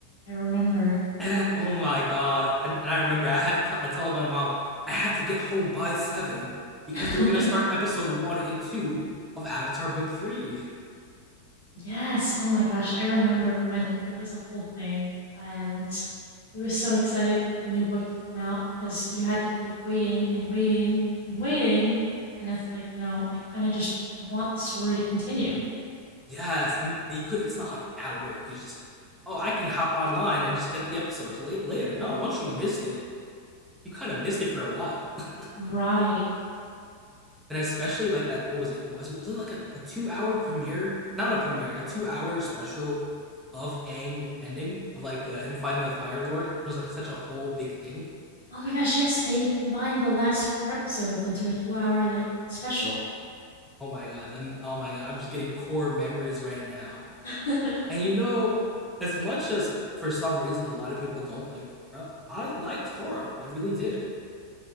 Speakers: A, on the left; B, in the centre.
A: I remember.
B: And oh my god! And, and I remember I had to, I told my mom I had to get home by seven because
A: <laughs>
B: they were gonna start episode one and two of Avatar Book Three.
A: Yes. Oh my gosh. I remember when it was a whole thing. And I was so excited for the new book to come out because you had to keep waiting and waiting and waiting. And it's like, you know, I kind of just I want the story to continue.
B: Yes, and, and you could. It's not like now where you could just oh I can hop online and just get the episodes late, later. No, once you missed it, you kind of missed it for a while. <laughs>
A: Right.
B: And especially like that, what was it? Was, it, was it like a, a two hour premiere? Not a premiere, a two hour special of Aang ending of like uh, him fighting the Fire Lord. It was like such a whole big thing
A: Oh my gosh, yes, they combined the last four episodes into a two hour like special.
B: Oh my god, the, oh my god, I'm just getting core memories right now.
A: <laughs>
B: And you know, as much as for some reason a lot of people don't like Korra, I liked Korra. I really did.